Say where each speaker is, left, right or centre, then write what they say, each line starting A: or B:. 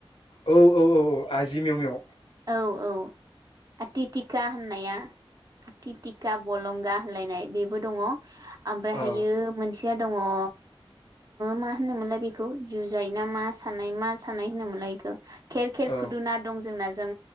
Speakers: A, on the left (about 80°); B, on the right (about 40°).
A: औ औ औ आजि मेव मेव
B: ओ औ औ। आथिथिका होननाया आथिथिका बलंगा होनलायनाय बेबो दङ ओमफ्रायहायो
A: औ
B: मोनसेया दङ ओ मा होनोमोनलाय बेखौ जुजायना मा साननाय मा साननाय होनो मोनलाय बेखौ? खेर खेर
A: औ
B: खुदुना दंजों नाजों